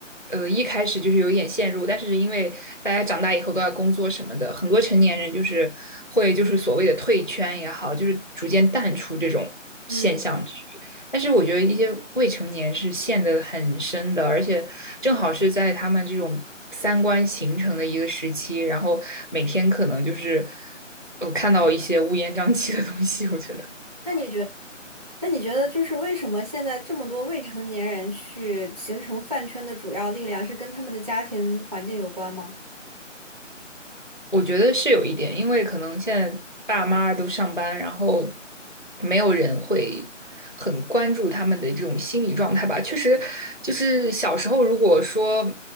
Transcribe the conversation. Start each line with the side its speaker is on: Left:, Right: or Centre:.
Left: 呃一开始就是有一点陷入，但是因为大家长大以后都要工作什么的，很多成年人就是会就是所谓的退圈也好，就是逐渐淡出这种现象去。
Right: 嗯，
Left: 但是我觉得一些未成年是陷得很深的，而且正好是在他们这种三观形成的一个时期，然后每天可能就是呃看到一些乌烟瘴气的东西，我觉得。
Right: 那你觉那你觉得就是为什么现在这么多未成年人去形成饭圈的主要力量是跟他们的家庭环境有关吗？
Left: 我觉得是有一点，因为可能现在爸妈都上班，然后没有人会很关注他们的这种心理状态吧。确实，就是小时候如果说，